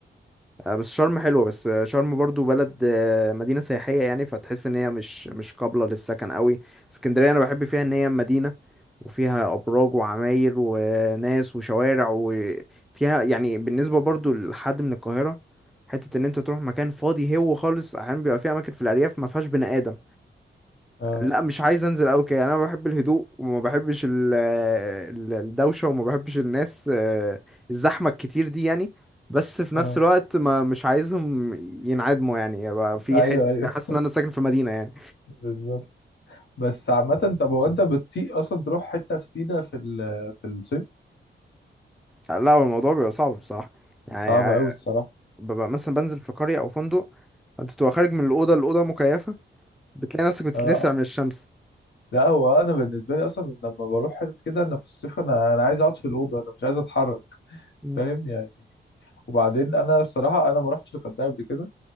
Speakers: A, in the centre; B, on the left.
A: آه، بس شرم حلوة بس آه، شرم برضو بلد آه، مدينة سياحية يعني فتحس ان هي مش مش قابلة للسكن قوي اسكندرية انا بحب فيها ان هي مدينة وفيها ابراج وعماير وناس وشوارع وفيها يعني بالنسبة برضو لحد من القاهرة حتة ان انت تروح مكان فاضي هو خالص احيانا بيبقى فيه اماكن في الارياف ما فيهاش بني ادم
B: اه
A: لا مش عايز انزل قوي كده يعني انا بحب الهدوء وما بحبش ال- ال- الدوشه وما بحبش الناس آه، الزحمه الكتير دي يعني بس في
B: اه
A: نفس الوقت ما مش عايزهم ينعدموا يعني يبقى في
B: ايوه
A: حس
B: ايوه
A: حاسس
B: <laughs>
A: ان انا ساكن في مدينه يعني
B: بالظبط بس عامه طب هو انت بتطيق اصلا تروح حته في سينا في ال- في الصيف
A: لا هو الموضوع بيبقى صعب بصراحه يعني
B: صعب
A: آه،
B: قوي الصراحه
A: ببقى مثلا بنزل في قريه او فندق انت بتبقى خارج من الاوضه الاوضه مكيفه بتلاقي نفسك بتتلسع
B: اه
A: من الشمس
B: لا هو انا بالنسبه لي اصلا لما بروح حته كده انا في الصيف انا انا عايز اقعد في الاوضه انا مش عايز اتحرك
A: مم.
B: فاهم يعني وبعدين انا الصراحه انا ما رحتش الغردقه قبل كده